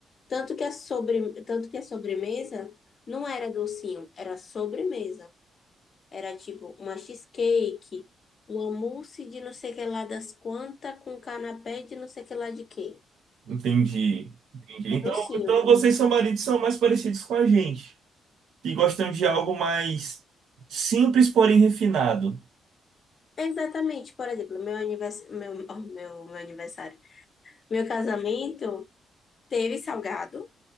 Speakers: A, on the left; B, on the right.
A: Tanto que a sobre... Tanto que a sobremesa não era docinho, era sobremesa. Era tipo uma cheesecake, uma mousse de não sei que lá das quantas, com canapé de não sei que lá de quê.
B: entendi, entendi.
A: Era
B: Então,
A: Docinho.
B: então vocês são maridos são mais parecidos com a gente, que gostam de algo mais simples, porém refinado.
A: Exatamente, por exemplo, meu aniversário, meu, <laughs> oh, meu, meu aniversário, meu casamento teve salgado,